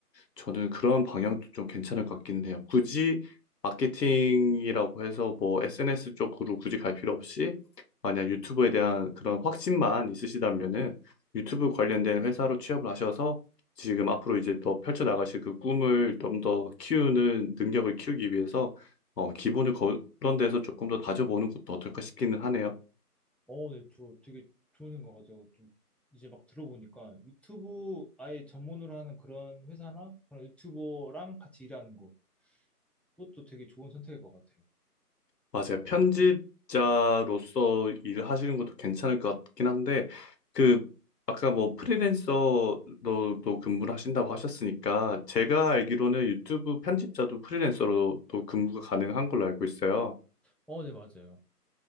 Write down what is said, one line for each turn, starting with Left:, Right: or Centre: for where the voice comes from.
Left: 저는 그런 방향도 좀 괜찮을 것 같기는 해요. 굳이 마케팅이라고 해서 뭐 SNS 쪽으로 굳이 갈 필요 없이 만약 유튜브에 대한 그런 확신만 있으시다면은 유튜브 관련된 회사로 취업을 하셔서 지금 앞으로 이제 더 펼쳐나가실 그 꿈을 좀 더 키우는 능력을 키우기 위해서 어, 기본을 그런 데서 조금 더 다져보는 것도 어떨까 싶기는 하네요.
Centre: 어, 네, 저 되게 좋은 생각 같아요. 좀 이제 막 들어보니까 유튜브 아예 전문으로 하는 그런 회사나 그런 유튜버랑 같이 일하는 거, 그것도 되게 좋은 선택일 것 같아요.
Left: 맞아요. 편집자로서 일하시는 것도 괜찮을 것 같긴 한데, 그, 아까 뭐 프리랜서로도 근무를 하신다고 하셨으니까, 제가 알기로는 유튜브 편집자도 프리랜서로도 근무가 가능한 걸로 알고 있어요.
Centre: 어, 네, 맞아요.